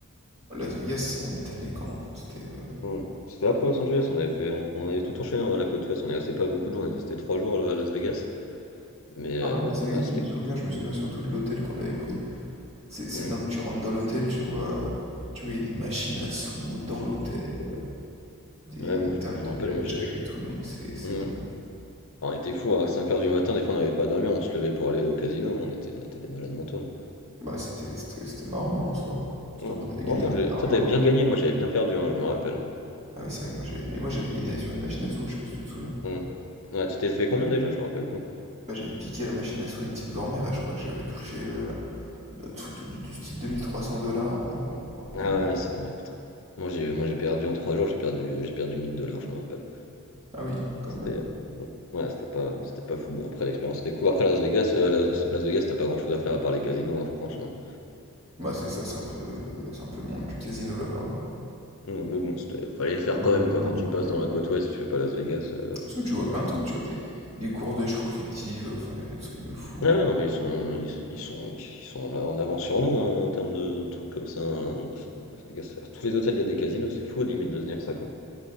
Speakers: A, on the right; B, on the left.
A: Las Vegas, on était allé quand? C'était. euh,
B: Hmm. C'était après Los Angeles, on avait fait, on avait tout enchaîné à la côte ouest, on est resté pas beaucoup de jours, on était resté trois jours à Las Vegas, mais euh,
A: Ah ouais, Las Vegas,
B: ouais, c'était.
A: je me souviens, je me souviens surtout de l'hôtel qu'on avait pris. C'est c'est
B: Hmm.
A: dingue, tu rentres dans l'hôtel, tu vois, euh, tu vois, il y a des machines à sous dans l'hôtel, euh, des
B: Ouais, moi je,
A: tables
B: je
A: de
B: me rappelle,
A: blackjack
B: moi j'étais.
A: et tout. Non, mais c'est c'est
B: Hmm.
A: dingue.
B: Alors, on était fous, à cinq heures du matin, des fois on n'arrivait pas à dormir, on se levait pour aller au casino, on était, on était des malades mentaux.
A: Bah, c'était c'était- c'était marrant hein, en soi. Surtout
B: hein.
A: qu'on avait gagné
B: Ouais. Ouais, moi
A: un
B: j'ai-
A: peu d'argent.
B: toi t'avais bien gagné, moi j'avais bien perdu, hein, je me rappelle.
A: Ah oui, c'est vrai que moi j'avais. Mais moi j'avais gagné sur une machine à sous, je sais pas si tu te souviens.
B: Hmm. Ouais, tu t'es fait combien déjà? Je me rappelle plus.
A: Bah, j'avais piqué la machine à sous à une petite grand-mère et je crois que j'avais touché euh, un truc de- du, du style 2300 dollars en
B: Hmm.
A: en-
B: Ah
A: en une-
B: ouais, c'est vrai, putain. Moi j'ai, moi j'ai perdu en trois jours, j'ai perdu, j'ai perdu 1000 dollars, je me rappelle.
A: Ah oui, quand
B: C'était
A: même.
B: ouais, c'était pas c'était pas fou. Bon, après l'expérience était cool. Après Las Vegas, euh, Las, Las Vegas, t'as pas grand-chose à faire à part les casinos, hein, franchement.
A: Bah c'est ça, c'est un peu, c'est un peu le monde du casino là-bas. hein.
B: Mm. Mais bon, c'était fallait le faire
A: Le
B: quand
A: monde
B: même
A: du
B: quoi.
A: gambling.
B: Quand tu passes dans la côte ouest, tu fais pas Las Vegas, euh,
A: Parce que tu
B: c'est
A: vois
B: bizarre
A: plein de trucs,
B: quand même.
A: tu vois des, des courses de chevaux fictives, euh, enfin y a des trucs de fou
B: Ah
A: quoi.
B: ouais, non mais ils sont ils, ils sont ils sont là en avance sur nous hein, en termes de trucs comme ça. hein. Ils sont- Las Vegas, à tous les hôtels il y a des casinos, c'est fou limite de se dire ça comme.